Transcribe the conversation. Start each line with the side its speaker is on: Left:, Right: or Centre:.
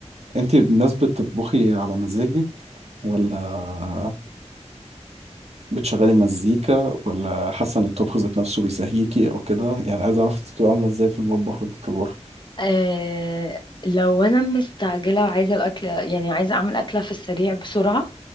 Right: انت الناس بتطبخي على مزاجك ولا بتشغلي مزيكا ولا حاسه ان الطبخ ذات نفسه بيسهيكي او كده يعني عايز اعرف انت بتبقي عامله ازاي في المطبخ وانت بتطبخي
Left: آه لو انا مستعجله وعايزه الاكل يعني عايزه اعمل اكله في السريع بسرعه